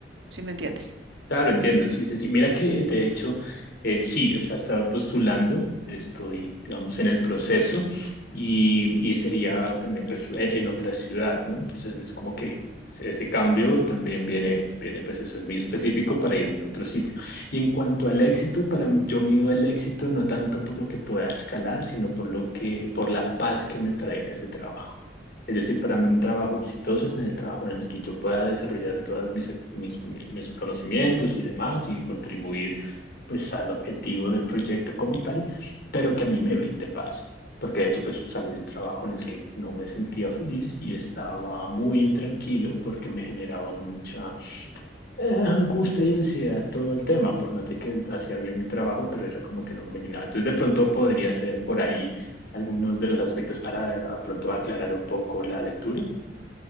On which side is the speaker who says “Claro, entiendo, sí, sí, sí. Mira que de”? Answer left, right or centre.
Left